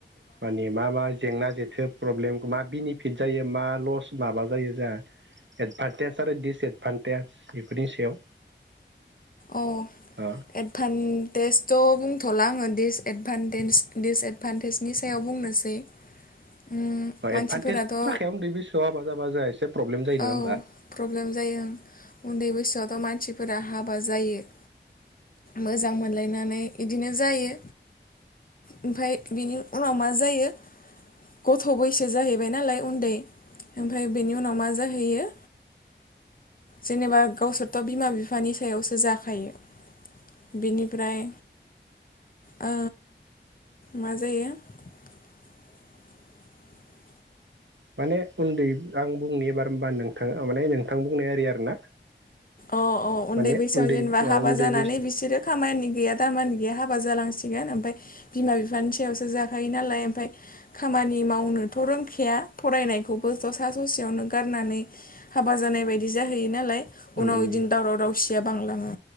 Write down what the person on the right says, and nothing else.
मानि मा मा जेंना जेथो प्रब्लेम मा बेनिफिट जायो मा लस माबा जायो जोंहा एदभान्टेज आरो दिडिसएदभान्टेज बेफोरनि सायाव।
ओ
अ
एदभान्टेज जाखाया उन्दै बैसोआव हाबा जाब्ला जाहा एसे प्रब्लेम जायो नङा
होमबा
माने उन्दै आं बुंनि एबार होनबा नोंथाङा माने नोंथां बुंनाय आरि आरोना?
माने
उन्दै
बैसोआव